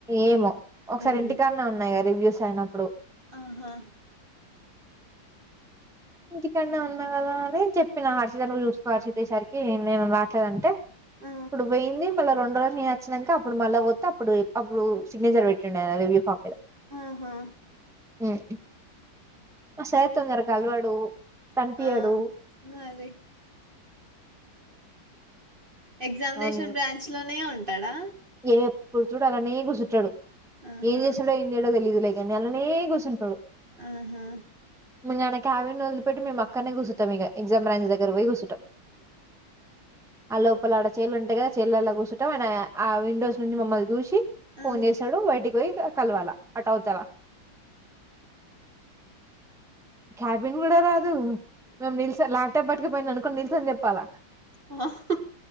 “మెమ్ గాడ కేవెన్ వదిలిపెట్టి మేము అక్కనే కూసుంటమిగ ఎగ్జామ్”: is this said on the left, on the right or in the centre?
Centre